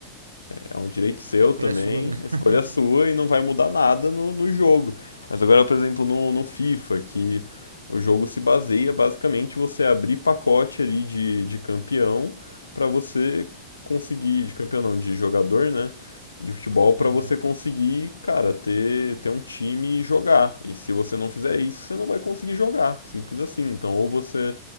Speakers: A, on the left; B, on the right.
A: é um direito seu
B: Escolha
A: também,
B: a sua, né? <laughs>
A: escolha sua e não vai mudar nada no, no jogo. Mas agora, por exemplo, no, no FIFA, que o jogo se baseia basicamente você abrir pacote ali de, de campeão para você conseguir, de campeão não, de jogador, né? De futebol para
B: Aham.
A: você conseguir, cara, ter, ter um time e jogar. E se você não fizer isso, você não vai conseguir jogar. Simples assim. Então, ou você